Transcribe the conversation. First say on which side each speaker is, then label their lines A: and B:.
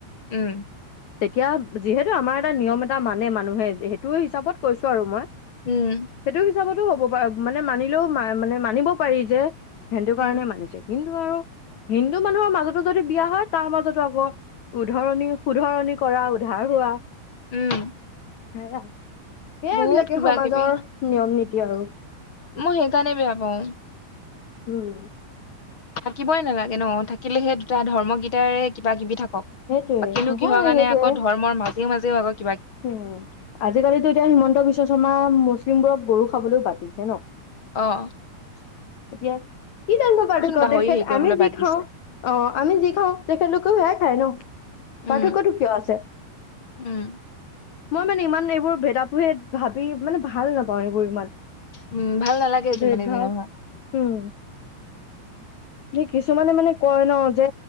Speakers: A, on the left; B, on the left.
A: উম
B: তেতিয়া যিহেতু আমাৰ এটা নিয়ম এটা মানে মানুহে সেইটো হিচাপত কৈছো আৰু মই
A: উম
B: সেইটো হিচাপতো হ'ব পাৰে মানে মানে মানিলেও ম মানে মানিব পাৰি যে সেইটো
A: উম
B: কাৰণে মানিছে কিন্তু আৰু হিন্দু মানুহৰ মাজতো যদি বিয়া হয় তাৰ মাজত আ উধৰণি শুধৰণি কৰা উধাৰ হোৱা
A: উম
B: হয় সেই
A: বহুত
B: এইবিলাকে
A: কিবা
B: সমাজৰ
A: কিবি
B: নিয়ম নীতি কি আৰু
A: মই সেইকাৰণে বেয়া পাওঁ
B: উম
A: থাকিবই নালাগে ন থাকিলেহে দুটা ধৰ্ম কিটাৰে কিবা কিবি থাকি ব
B: সেইটোৱে
A: বাকীনো
B: নহয়
A: কিহৰ কাৰণে
B: সেইটোৱে
A: আকৌ ধৰ্মৰ মাজত মাজে মাজে অলপ
B: উম আজিকালিতো এতিয়া হিমন্ত বিশ্ব শৰ্মা উম মানুহ বোৰক গৰু খাবলৈও বাধা দিছে ন
A: অহ
B: <unintelligible> এতিয়া কি জানো পাৰ্থক্য
A: গাহৰি
B: আছে
A: হেৰি কৰিবলৈ
B: আমি যি
A: বাদ
B: খাওঁ
A: দিছে
B: অ আমি যি খাওঁ তেখেত লোকেও হে খায় ন
A: উম
B: পাৰ্থক্য টো কিয় আছে
A: উম
B: মই মানে ইমান এইবোৰ ভেদা ভেদ ভাবি মানে ভাল নাপাওঁ এইবোৰ ইমান
A: উম ভাল নালাগে এইটো যিমানেই
B: ভেদ ভাৱ
A: যি নহওঁক
B: উম সেই কিছুমানে মানে কয় ন যে